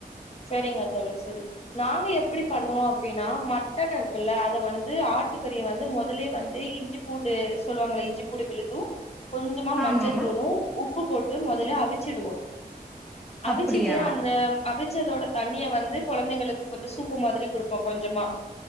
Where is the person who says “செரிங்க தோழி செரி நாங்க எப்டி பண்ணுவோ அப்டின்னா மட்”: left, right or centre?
Left